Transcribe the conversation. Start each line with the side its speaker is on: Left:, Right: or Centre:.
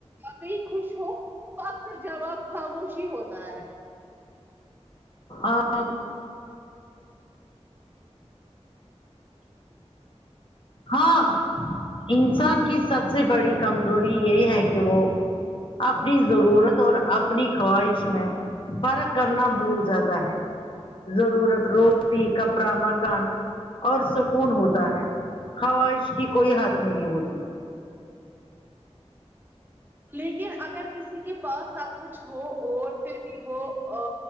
Right: وقعی خوش ہو تو اکثر جواب خاموشی ہوتا ہے
Left: آنکھ ہاں انسان کی سب سے بڑی کمزوری یہ ہے کہ وہ اپنی ضرورت اور اپنی خواہش میں فرق کرنا بھول جاتا ہے ضرورت روٹی کپڑا مکان اور سکون ہوتا ہے خواہش کی کوئی حد نہیں ہوتی
Right: لیکن اگر کسی کے پاس آپ کچھ ہو اور پھر بھی وہ ا